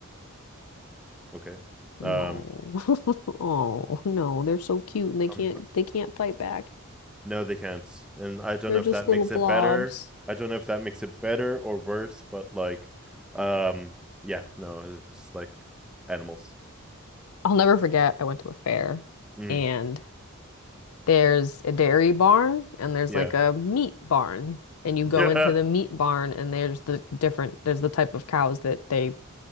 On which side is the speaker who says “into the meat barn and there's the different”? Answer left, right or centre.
Left